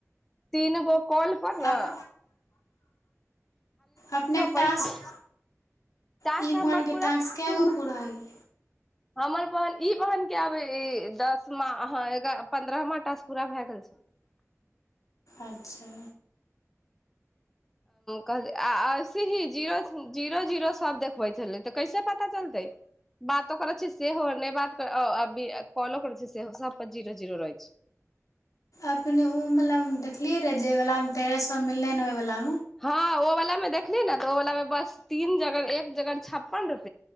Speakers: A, in the centre; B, on the left (about 80°).
A: तीन गो कल पर न
B: अप अपनेके टास्क
A: पैसा टास्क
B: ई
A: हमर
B: मोबाइलके
A: पूरा
B: टास्क कए गो पूरा होइ गेल
A: हमर बन ई बहनके आब दसमा ह एग पन्द्रहमा टास पूरा भए गेल छै
B: अच्छा
A: कह आ ऐसे ही जीर जीरो जीरो सभ देखबै छलै तऽ कैसे पता चलतै बातो करैत छै सेहो नहि बात कर अभी कॉलो करै छै सेहो सभप जीरो जीरो रहैत छै
B: अपने ओ मतलब देखलियै रे जे वाला मे तेरह सए मिलले ह ओहि वाला
A: हँ ओ वला देखली ने ओ व मे बस तीन ज ज छप्पन रुप